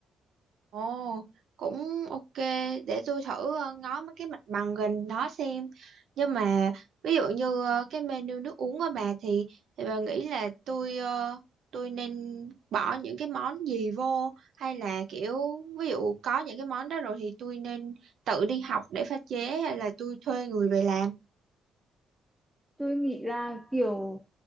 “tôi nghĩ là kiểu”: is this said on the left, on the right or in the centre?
Centre